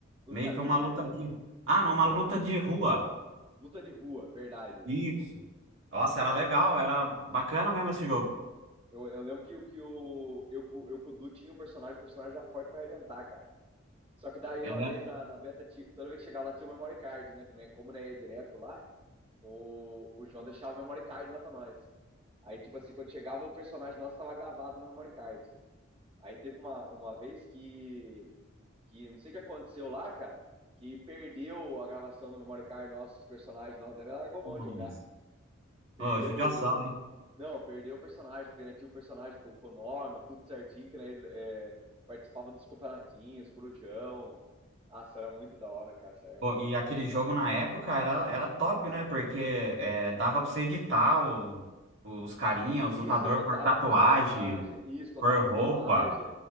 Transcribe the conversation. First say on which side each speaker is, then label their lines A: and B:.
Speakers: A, on the right; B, on the right.
A: Luta
B: Meio
A: livre,
B: que uma luta livre. Ah,
A: luta,
B: não, uma
A: luta
B: luta de rua.
A: luta de rua, verdade.
B: Isso. Nossa,
A: Nossa.
B: era legal, era bacana mesmo esse jogo.
A: Eu, eu lembro que, o- que o, eu, cu- eu com o Du tinha um personagem, o personagem já forte pra arrebentar, cara. Só que daí
B: Eu
A: uma
B: lembro.
A: vez na, na beta, ti- toda vez que chegava lá tinha o memory card, né? Que, né como não ia direto lá, o, o João deixava o memory card lá pra nós. Aí, tipo assim, quando chegava o personagem nosso tava gravado no memory card. Aí teve uma, uma vez que, que não sei o que aconteceu lá, cara, que perdeu a gravação do memory card nosso, os personagens nossos, aí ele largou mão
B: Nossa.
A: de jogar. Perdeu.
B: Ô, judiação.
A: o- Não, perdeu o personagem, porque né, tinha o personagem com, com o nome, tudo certinho, que né, ele, é, participava dos campeonatinhos, Corujão. Nossa, era muito da hora, cara, essa época.
B: Pô, E aquele jogo na época era, era top, né? Porque é, dava pra você editar o- os carinha,
A: Isso,
B: os lutadores
A: editava
B: por tatuagem,
A: o personagem, isso, colocava
B: por
A: tatuagem.
B: roupa.